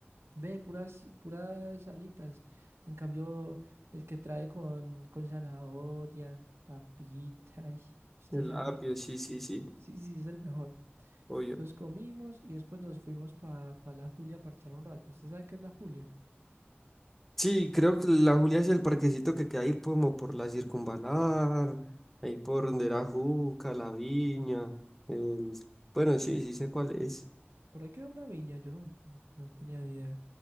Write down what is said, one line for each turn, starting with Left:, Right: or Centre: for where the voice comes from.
Right: Ve, puras, puras alitas. En cambio, el que trae con, con zanahoria, papitas, usted
Centre: El
Right: sabe.
Centre: apio, sí, sí, sí.
Right: Sí, sí, es el mejor.
Centre: Obvio.
Right: Entonces comimos y después nos fuimos para la Julia a parchar un rato. ¿Usted sabe qué es la Julia?
Centre: Sí, creo que la Julia es el parquecito que queda ahí como por la circunvalar, ahí por donde era Juca, la Viña, el... bueno, sí, sí sé cuál es.
Right: Por ahí queda una viña, yo no, no tenía ni idea.